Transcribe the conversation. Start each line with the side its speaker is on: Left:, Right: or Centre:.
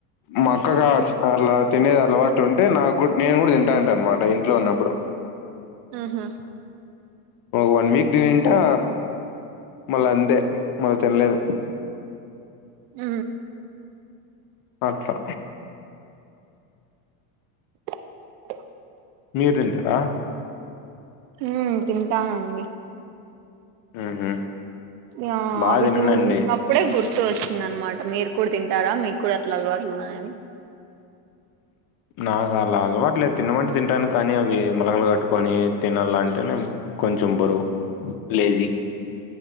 Left: మా అక్క కా అట్లా తినేది అలవాటు ఉంటే నాకు నేను కూడా తింటాంట అనమాట ఇంట్లో ఉన్నప్పుడు
Right: ఆహా
Left: వన్ వీక్ తింటా మళ్ళీ అంతే మళ్ళ తినలేదు
Right: ఉ
Left: ఆట్ల
Right: ఆ
Left: మీరు తింటారా
Right: ఉ తింటానండి
Left: ఉహు
Right: ఇగ
Left: బాగా తిననండి
Right: చూసినప్పుడు ఇప్పుడే గుర్తు వచ్చింద అనమాట మీరు కూడా తింటారా మీకు కూడా అట్లా అలవాట్లు ఉన్నాయని
Left: నాకు అలా అలవాటు లేదు తినమంట తింటాను కానీ అవి మొలకలు కట్టుకొని తినాల అంటేనే కొంచెం బరువు లేజీ